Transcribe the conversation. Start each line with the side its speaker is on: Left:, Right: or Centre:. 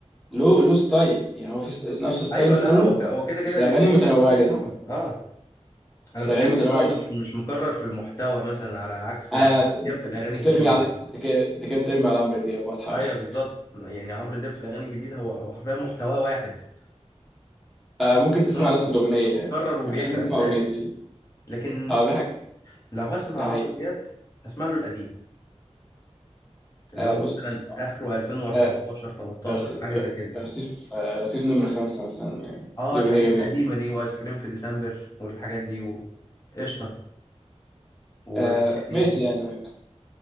Centre: له له ستايل يعني هو في س- نفس ستايله
Left: ايوه
Centre: في
Left: لا
Centre: كله
Left: هو ك- هو كده كده
Centre: بس الاغاني
Left: ليه
Centre: متنوعه
Left: ليه ستايل
Centre: جدا
Left: طبعا اه انا
Centre: بس
Left: بتكلم
Centre: الاغاني متنوعه
Left: ان هو
Centre: جدا
Left: مش مش مكرر في المحتوى مثلا على عكس
Centre: آه
Left: عمرو
Centre: ت-
Left: دياب في الاغاني الجديده
Centre: ترمي على انت كده أنت كده بترمي على عمرو دياب واضحه
Left: ايوه
Centre: <laughs>
Left: بالظبط يعني عمرو دياب في الاغاني الجديده هو هو حرفيا محتواه واحد
Centre: آه
Left: بس
Centre: ممكن تسمع
Left: ان هو
Centre: نفس
Left: بي-
Centre: الاغنيه يعني
Left: مكرر وبيحرق
Centre: مش لازم تسمع
Left: فاهم
Centre: اغنيه دي.
Left: لكن
Centre: اه بيضحك
Left: لو هسمع
Centre: ده
Left: عمرو
Centre: حقيقي
Left: دياب هسمع له القديم اللي
Centre: آه
Left: هو
Centre: بص
Left: مثلا اخره 2014
Centre: آه
Left: 13
Centre: رصي-
Left: حاجه زي كده
Centre: رصيف آه رصيف نمرة خمسة مثلا يعني
Left: اه
Centre: دي
Left: الحاجات
Centre: أغنية جميلة
Left: القديمه دي وايس كريم في ديسمبر والحاجات دي وقشطه وايه
Centre: آه
Left: تاني؟
Centre: ماشي يعني